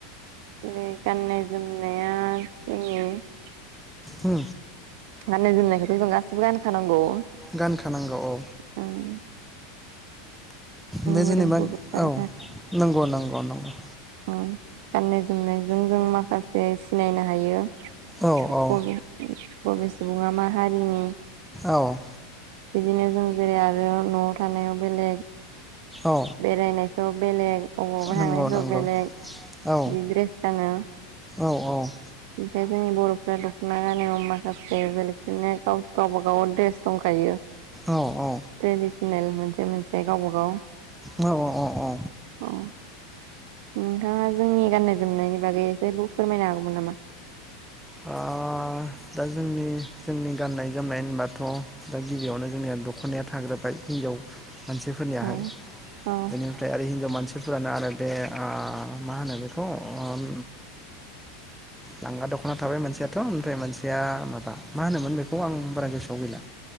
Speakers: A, on the right; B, in the centre.
A: बे गाननाय जोमनाया जोंनि
B: हु?
A: गाननाय जोमनायखौथ' जों गासिबो गानखानांगौ।
B: गानखानांग <unintelligible> औ
A: जोंनि
B: बे
A: मोदोमखौ
B: जेनेबा
A: होबथानो
B: औ नोंगौ नोंगौ नोंगौ‌।
A: अ गाननाय जोमनायजों जों माखासे सिनायनो हायो।
B: औ औ
A: बबे-बबे सुबुङा माहारिनि
B: औ।
A: बिदिनो जों जेरै आरो न'आव थानायाव बेलेग
B: औ
A: बेरायनायफ्राव बेलेग अबावबा
B: नंगौ
A: थांनायफ्राव
B: नंगौ
A: बेलेग
B: औ
A: बि द्रेस गानो
B: औ औ।
A: ओमफ्राय जोंनि बर'फ्रा दख'ना गानायाव माखासे बेलेगफोरनोाव गावबाागाव द्रेस दंखायो।
B: औ औ
A: ट्रेडिसनेल मोनसे मोनसे गावबा गाव
B: औ औ अ औ।
A: अ नोंथाङा जोंनि गाननाय जोमनायनि बागै जेबो फोरमायनो हागौमोन नामा?
B: अ दा जोंनि जोंनि गाननाय जोमनाय होनबाथ' दा गिबियावनो जोंनिया दख'नाया थाग्रोबाय हिनजाव मानसिफोरनियाहाय
A: औ औ
B: बेनिफ्राय आरो हिनजाव मानसिफोरानो आरो बे आ मा होनो बेखौ आ उम लांगा दख'ना थाबाय मोनसेयाथ' ओमफ्राय थिया मादा मा होनोमोन बेखौ आं बारा गोसोआव गैला